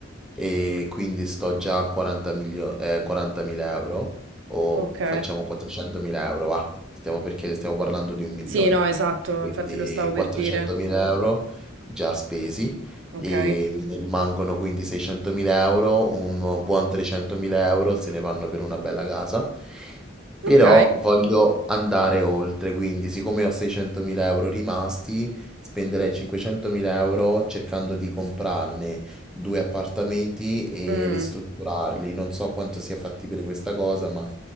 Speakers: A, in the centre; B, on the right.
A: e quindi sto già a 40 milio- eh, 40.000 euro o
B: Ok.
A: facciamo 400.000 euro, va, stiamo perché stiamo parlando di un milione,
B: Sì, no, esatto,
A: quindi
B: infatti lo stavo per
A: 400.000
B: dire.
A: euro già spesi
B: Ok,
A: e mi rimangono quindi 600.000 euro, un buon 300.000 euro se ne vanno per una bella casa,
B: ok.
A: però voglio andare oltre, quindi siccome ho 600.000 euro rimasti, spenderei 500.000 euro cercando di comprarne due appartamenti e
B: Mm.
A: ristrutturarli, non so quanto sia fattibile questa cosa, ma